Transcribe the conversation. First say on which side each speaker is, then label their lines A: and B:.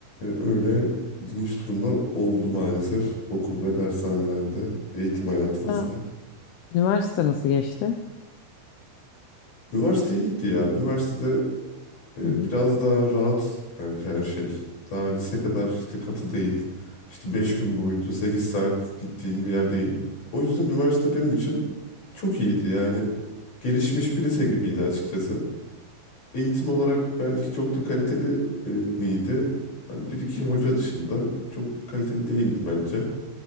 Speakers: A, on the left (about 45°); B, on the left (about 80°).
A: öyle ilginç durumlar oldu maalesef okul ve
B: Evet.
A: dershanelerde, eğitim
B: Peki
A: hayatımızda.
B: mesela üniversite nasıl geçti?
A: Üniversite iyiydi ya. Üniversitede Ee,
B: Hı hı.
A: biraz daha rahat bence her şey. Daha lise kadar
B: Hı hı.
A: işte katı değil. İşte 5 gün boyunca 8 saat gittiğin bir yer değil. O yüzden üniversite benim için çok iyiydi. Yani gelişmiş bir lise gibiydi açıkçası. Eğitim olarak belki çok da kaliteli e, miydi? Hani bir iki
B: Hı.
A: hoca dışında çok kaliteli değildi bence.